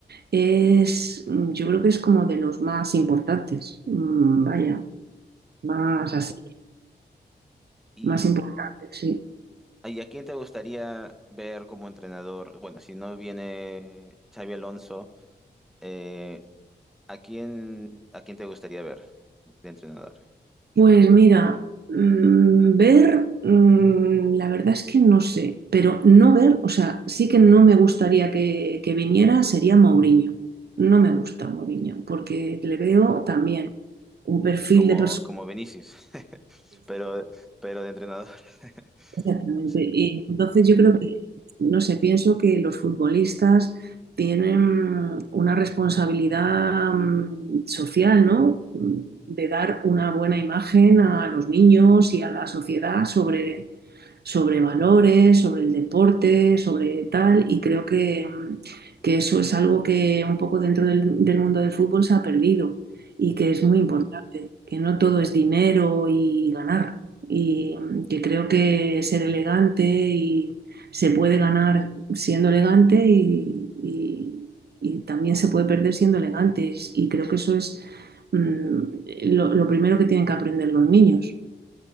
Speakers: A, on the right; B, in the centre.
A: es, mm, yo creo que es como de los más importantes. Mm, Vaya, más
B: Mm.
A: así,
B: ¿Y,
A: más importantes, sí.
B: y a quién te gustaría ver como entrenador? Bueno, si no viene Xavi Alonso, eh, ¿a quién, a quién te gustaría ver de entrenador?
A: Pues mira, mm, ver, mm, la verdad es que no sé, pero no ver, o sea, sí que no me gustaría que, que viniera, sería Mourinho. No me gusta Mourinho, porque le veo
B: Ah,
A: también un perfil
B: como,
A: de persona.
B: como Vinicius, <laughs> pero, pero de entrenador. <laughs>
A: Exactamente.
B: Sí.
A: Y entonces yo creo que, no sé, pienso que los futbolistas tienen una responsabilidad mm, social, ¿no? De dar una buena imagen a los niños y a la sociedad sobre, sobre valores, sobre el deporte, sobre tal. Y creo que, mm, que eso es algo que un poco dentro del, del mundo del fútbol se ha perdido y que es
B: Mm.
A: muy importante, que no todo es dinero y ganar, y mm, que creo que ser elegante y se puede ganar siendo elegante y, y- y también se puede perder siendo elegante, y creo que eso es mm, lo, lo primero que tienen que aprender los niños.